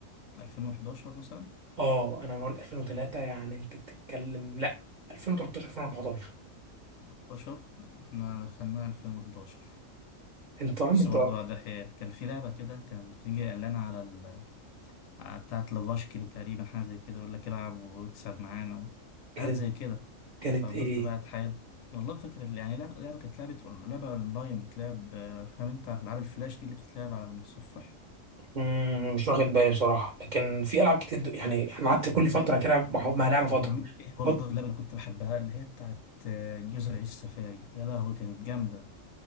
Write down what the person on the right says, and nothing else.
اه انا مواليد 2003 يعني انت بتتكلم لا 2013 2014
انت يا عم
انت
كانت
كانت
ايه
مم، مش واخد بالي بصراحه لكن في العاب كتير دو- يعني انا قعدت كل فتره كده مع مع لعبه فتره
فط-